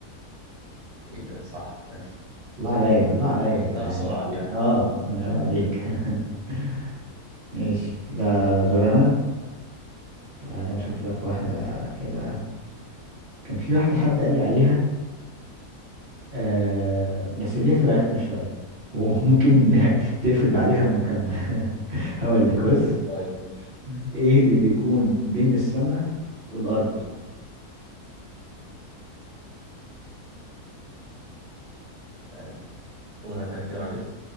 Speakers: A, on the right; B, on the right.
A: إج- صح ماشي
B: الله
A: <laughs>
B: عليا الله عليا
A: جبتها
B: يا جدعان
A: بسرعة دي يعني
B: اه هو
A: <laughs>
B: عليك <laughs> ماشي كده دور انا تعال
A: اه
B: نشوف لك واحدة كده كان في واحدة حد قال لي عليها آه بس دي هتبقى رخمة شوية وممكن <laughs> تقفل بعديها المكالمة <laughs> هقول
A: لا
B: لك بص
A: قول طيب ماشي <laughs>
B: ايه اللي بيكون بين السماء والأرض
A: تعال، قولها تاني كده معلش